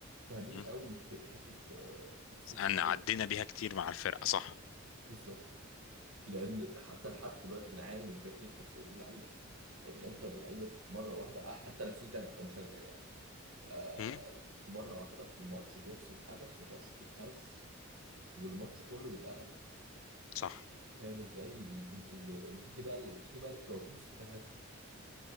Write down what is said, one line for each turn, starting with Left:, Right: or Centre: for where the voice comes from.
Right: فاهمين
Left: مم.
Right: قوي في حته آه، نفسيه
Left: أنا
Right: اللعيبه
Left: عدينا بيها كتير مع الفرقة صح
Right: بالظبط لان حتى لحد دلوقتي بنعاني من فكره نفسيه اللعيبه ان انت اللعيبه في مره واحده آه، حتى نفسيتي انا كمشجع يعني آه،
Left: مم.
Right: في مره واحده في الماتش بيحصل حدث في الماتش تتهز والماتش كله يتقلب
Left: صح
Right: فاهم ازاي البز- ال- بتيجي بقى بتيجي بقى الكوابيس بتاعت